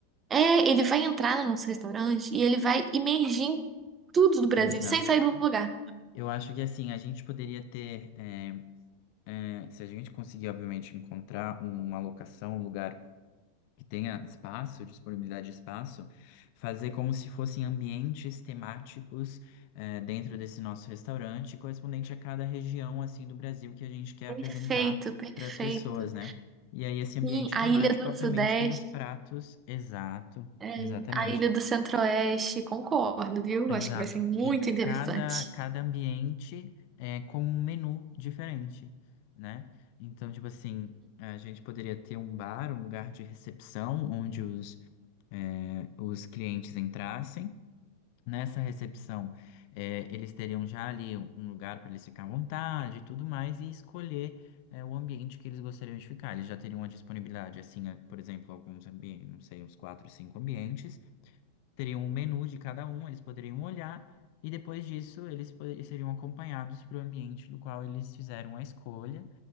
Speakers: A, on the right (about 20°); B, on the left (about 45°).
A: é, ele vai entrar no nosso restaurante e ele vai imergir em tudo do Brasil,
B: exato.
A: sem sair do lugar.
B: Eu acho que assim, a gente poderia ter, é, é, se a gente conseguir, obviamente, encontrar uma locação, um lugar que tenha espaço, disponibilidade de espaço, fazer como se fossem ambientes temáticos eh, dentro desse nosso restaurante, correspondente a cada região assim do Brasil que a gente quer
A: Perfeito,
B: apresentar
A: perfeito.
B: para as pessoas, né? E aí esse ambiente
A: Sim, a
B: temático,
A: Ilha do
B: obviamente,
A: Sudeste,
B: tem os pratos, exato,
A: é,
B: exatamente,
A: a Ilha do Centro-Oeste, concordo, viu?
B: exato,
A: Acho que vai ser muito
B: e
A: interessante.
B: cada cada ambiente é com um menu diferente, né? Então, tipo assim, a gente poderia ter um bar, um lugar de recepção, onde os eh, os clientes entrassem. Nessa recepção, eh, eles teriam já ali um lugar para eles ficar à vontade e tudo mais, e escolher, eh, o ambiente que eles gostariam de ficar. Eles já teriam a disponibilidade, assim, eh, por exemplo, alguns ambientes, não sei, uns quatro, cinco ambientes teriam um menu de cada um, eles poderiam olhar, e depois disso eles po- eles seriam acompanhados para o ambiente do qual eles fizeram a escolha,